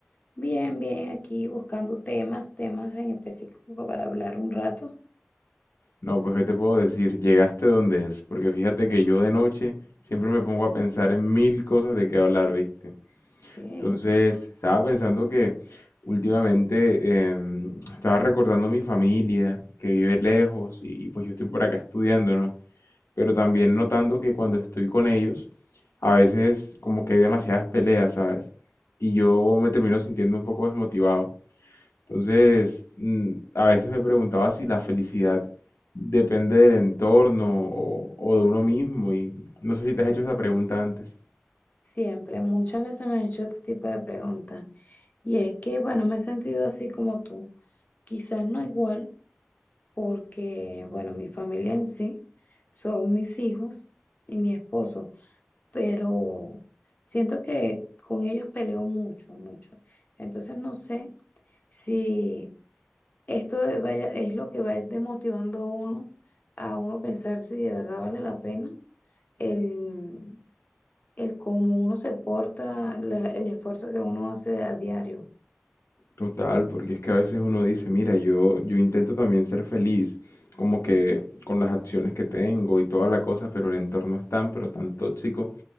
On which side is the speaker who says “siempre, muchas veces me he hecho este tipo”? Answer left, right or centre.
Left